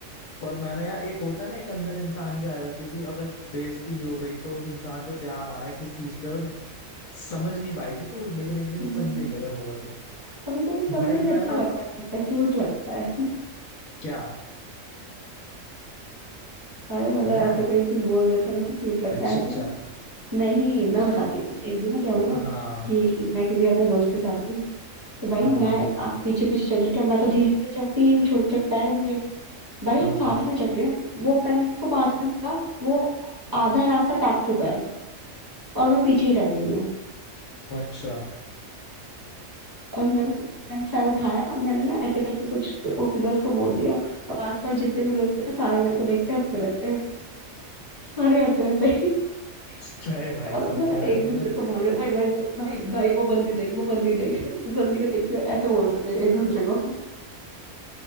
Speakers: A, on the left; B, on the right.
A: और मैंने यार एक होता है ना एक अंदर इंसान की आ जाती है कि अगर बेइज्जती भी हो गई तो उस इंसान पे प्यार आ रहा है किस चीज पे और समझ नहीं पाएगी तो लेकिन एक दिन
B: हम्म,
A: समझेगी अगर होगा तो
B: कभी कभी कभी
A: भाई
B: कभी अच्छा
A: मैं ना
B: लगता है क्यूट लगता है
A: क्या
B: अरे मतलब
A: मैं
B: ऐसे कोई कुछ बोल देता ना तो क्यूट लगता
A: अच्छा
B: है ऐसे
A: अच्छा
B: नहीं नहीं मैं
A: तो
B: बताती हूँ एक दिन ना क्या हुआ
A: हाँ
B: कि मैं किसी अपने दोस्त के साथ थी तो भाई
A: हाँ
B: मैं
A: हाँ
B: आ, पीछे पीछे चल रही थी अब मैं तो धीरे धीरे चलती ही हूँ छोटे छोटे पैर है मेरे भाई
A: हाँ
B: हम साथ
A: हाँ
B: में चल रहे हैं वो मैंने उसको पाँच मिनट का वो आधा रास्ता टाप चुका है और मैं पीछे ही रह गई
A: अच्छा
B: और मैंने मैंने चार उठाया मैंने ना ऐसे करके कुछ सीधा उसको बोल दिया और आसपास जितने भी लोग थे ना, सारे मेरे को देख के हंसने लगते हैं सारे हंस रहे थे <laughs>
A: <laughs> क्या है भाई
B: और
A: साहब
B: ना
A: क्या
B: एक
A: है मतलब
B: दूसरे को बोल रहे भाई भाई भाई भाई वो बंदी देख वो बंदी देख इस बंदी को देखियो ऐसे बोल रहे थे एक दूसरे को